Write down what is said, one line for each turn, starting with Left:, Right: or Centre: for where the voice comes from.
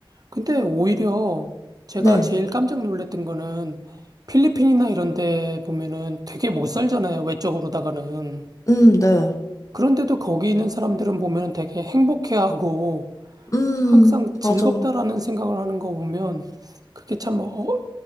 Right: 근데 오히려 제가
Left: 네.
Right: 제일 깜짝 놀랐던 거는 필리핀이나 이런 데 보면은 되게 못 살잖아요. 외적으로다가는.
Left: 음, 네.
Right: 그런데도 거기 있는 사람들은 보면 되게 행복해하고
Left: 음,
Right: 항상 즐겁다라는
Left: 맞아. 어,
Right: 생각을 하는 거 보면 그게 참 어,